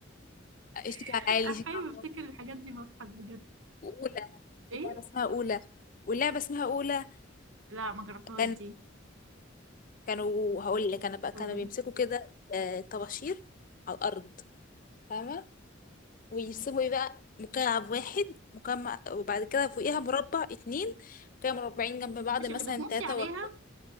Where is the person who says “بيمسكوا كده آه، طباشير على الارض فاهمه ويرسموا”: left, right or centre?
Left